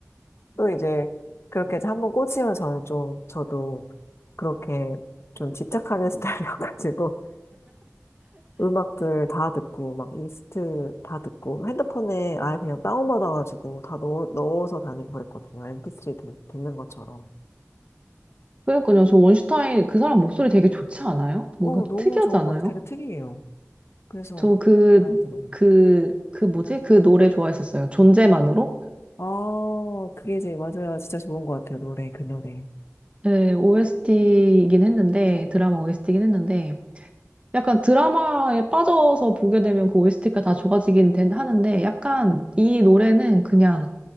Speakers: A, on the left; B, on the right.
A: 또 이제 그렇게 해서 한번 꽂히면 저는 좀 저도 그렇게 좀 집착하는 <laughs> 스타일이어가지고 음악들 다 듣고, 막 리스트 다 듣고, 핸드폰에 아예 그냥 다운받아가지고 다 넣, 넣어서 다니고 그랬거든요. MP3 듣, 듣는 것처럼.
B: 그러니까요. 저 원슈타인 그 사람 목소리 되게 좋지 않아요? 뭔가
A: 어, 너무
B: 특이하지
A: 좋은
B: 않아요?
A: 것 같아요. 되게 특이해요. 그래서
B: 저 그,
A: 많이 들어요.
B: 그, 그 뭐지? 그 노래 좋아했었어요. 존재만으로?
A: 아, 그게 이제 맞아요. 진짜 좋은 것 같아요. 노래, 그 노래.
B: 예, OST이긴 했는데, 드라마 OST이긴 했는데, 약간 드라마에 빠져서 보게 되면 그 OST가 다 좋아지긴 된, 하는데 약간 이 노래는 그냥